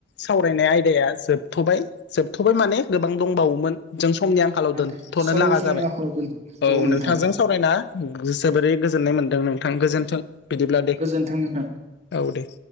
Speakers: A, on the left; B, on the right.
A: सावरायनाय आयदाया जोबथ'बाय जोब थबाय माने गोबां दंबावोमोन जों स समनि आंखालाव
B: नाथाय
A: दोनथ'नो
B: सम
A: लागा
B: समनि
A: जाबाय
B: आंखालाव दोनथ'
A: औ
B: नोंथां
A: नोंथांजों सावरायना जोबोरै गोजोननाय मोनदों नोंथां गोजोनथों बिदिब्ला दे
B: गोजोन्थों नोंथां
A: औ दे